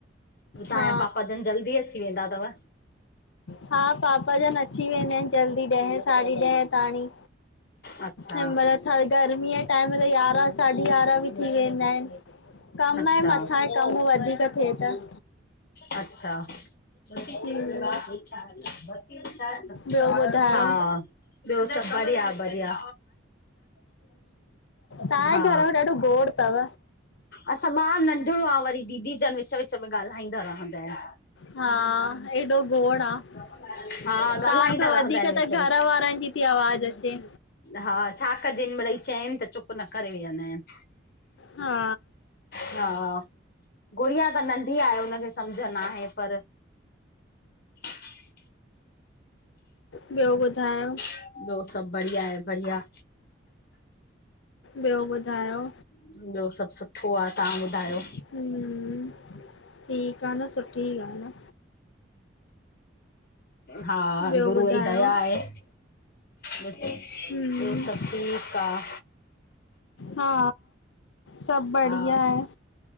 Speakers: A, on the left; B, on the left.
A: हो तहांजा
B: हा
A: पापा जन जल्दी अची वेंदा तव?
B: हा पापा जन अची वेंदा आहिनि जल्दी ॾहें साढी ॾहें ताणीं।
A: अच्छा
B: म गर्मी टाइम त यारह साढी यारां बि थी वेंदा आहिनि, कम
A: अच्छा
B: ऐं मथां आहे कम वधीक थे त।
A: अचछा, <unintelligible>
B: हम्म ॿियो ॿुधायो?
A: हा। ॿियो सभु बढ़िया बढ़या,
B: तव्हांजे
A: हा।
B: घर में ॾाढो गोड़ तव
A: असां ॿा नंढिणो आ वरी दीदी जॼनि विच विच में ॻाल्हाईंदा रहंदा आहिन।
B: हा, हेॾो गोड़ आ,
A: आहिनि
B: तव्हांखा
A: हा ॻाल्हाईंदा
B: वधीक
A: रहंदा आहिनि विच
B: त घर
A: विच
B: वारनि जी थी आवाज अचे।
A: हा छा कजिन मड़ई चयनि त चुप न करे वेहंदा आहिन।
B: हा,
A: हा, गुड़िया त नंढी आहे हुनखे सम्झ न आहे पर <inaudible>
B: ॿियो ॿुधायो।
A: ॿियो सभु बढ़िया आए बढ़िया।
B: ॿियो ॿुधायो।
A: ॿियो सभु सुठो आ, तव्हां ॿुधायो।
B: हूं, ठीकु आ न सुठी ॻाल्ह आ।
A: हा
B: ॿियो
A: गुरूअ
B: ॿुधायो?
A: जी दया आहे। ॿियो
B: हम्म
A: सभु ठीक आ।
B: हा, सभु बढ़िया
A: हा
B: आए।